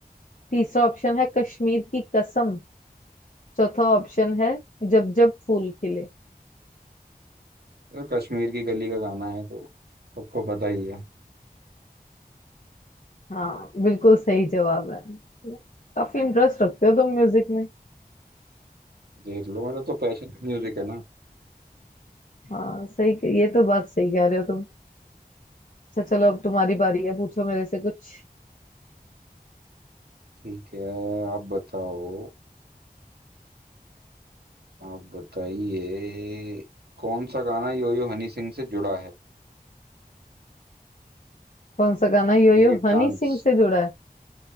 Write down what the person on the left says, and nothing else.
तीसरा ऑप्शन है कश्मीर की कसम चौथा ऑप्शन है जब जब फूल खिले
हाँ बिल्कुल सही जवाब है काफी इंटरेस्ट रखते हो तुम म्यूजिक में
हाँ सही ये तो बात सही कह रहे हो अच्छा चलो अब तुम्हारी बारी है पूछो मेरे से कुछ
कौन सा गाना
यो यो हनी
सिंह से जुड़ा है